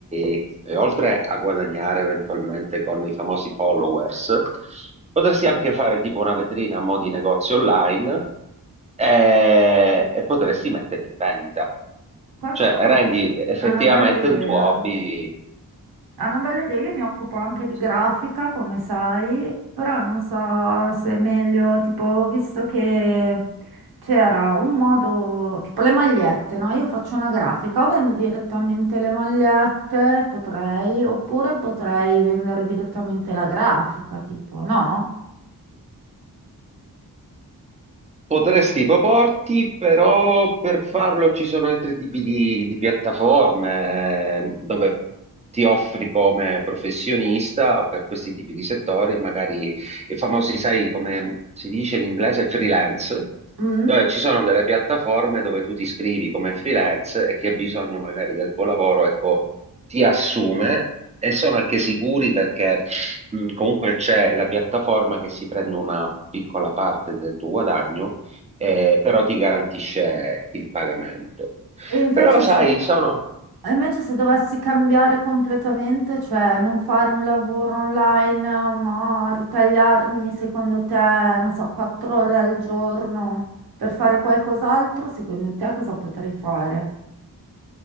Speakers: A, on the right (about 20°); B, on the right (about 85°).
A: e, e oltre a guadagnare eventualmente con i famosi followers, potresti anche fare tipo una vetrina a mo' di negozio online, eh, e potresti metterli in vendita.
B: Questa
A: Cioè, rendi effettivamente
B: è una bella idea.
A: un tuo hobby
B: È una bella idea, io mi occupo anche di grafica, come sai, però non so se è meglio, tipo, ho visto che c'era un modo, tipo le magliette, no? Io faccio una grafica, o vendo direttamente le magliette, potrei, oppure potrei vendere direttamente la grafica, tipo, no?
A: Potresti proporti, però per farlo ci sono altri tipi di, di piattaforme eh, dove ti offri come professionista per questi tipi di settori, e magari i famosi, sai, come si dice in inglese, freelance,
B: Mm?
A: dove ci sono delle piattaforme dove tu ti iscrivi come freelance e chi ha bisogno magari del tuo lavoro, ecco, ti assume e sono anche sicuri perché mh, comunque c'è la piattaforma che si prende una piccola parte del tuo guadagno eh, però ti garantisce il pagamento.
B: E invece
A: Però sai,
B: se,
A: sono
B: e invece se dovessi cambiare completamente, cioè non fare un lavoro online, ma ritagliarmi, secondo te, non so, quattro ore al giorno per fare qualcos'altro, secondo te cosa potrei fare?